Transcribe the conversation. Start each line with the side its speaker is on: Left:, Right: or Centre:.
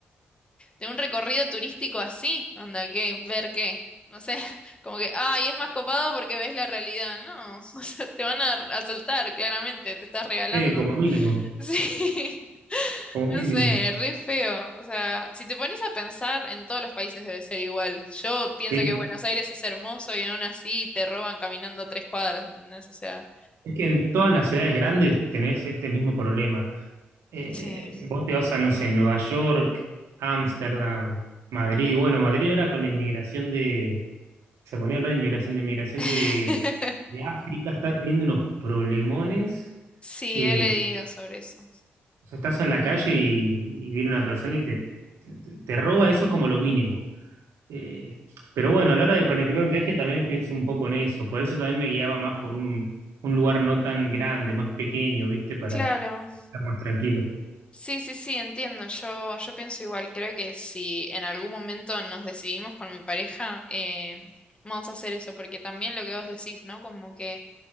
Left: de un recorrido turístico así, onda, que ver qué, no sé, <laughs> como que, ay, es más copado porque ves la realidad, no, <laughs> o sea, te van a asaltar, claramente, te estás regalando.
Right: sí, como
Left: <laughs>
Right: mínimo,
Left: Sí,
Right: como mínimo.
Left: no sé, re feo, o sea, si te pones a pensar, en todos los países debe ser igual. Yo pienso
Right: Sí.
Left: que Buenos Aires es hermoso y aún así te roban caminando tres cuadras, ¿entendés? O sea,
Right: Es que en todas las ciudades grandes tenés este mismo problema. Eh,
Left: sí.
Right: vos te vas a, no sé, Nueva York, Ámsterdam, Madrid. Bueno, Madrid ahora con la inmigración de, Se ponía a hablar de inmigración, de inmigración
Left: <laughs>
Right: de, de África, está teniendo unos problemones.
Left: Sí,
Right: Eh,
Left: he leído sobre eso.
Right: o sea, estás en la calle y, y viene una persona y te, te, te roba eso es como lo mínimo. Eh, pero bueno, a la hora de planificar un viaje también pienso un poco en eso. Por eso también me guiaba más por un, un lugar no tan grande, más pequeño, ¿viste? Para
Left: Claro.
Right: estar más tranquilo.
Left: Sí, sí, sí, entiendo. Yo, yo pienso igual. Creo que si en algún momento nos decidimos con mi pareja, eh, vamos a hacer eso, porque también lo que vos decís, ¿no? Como que,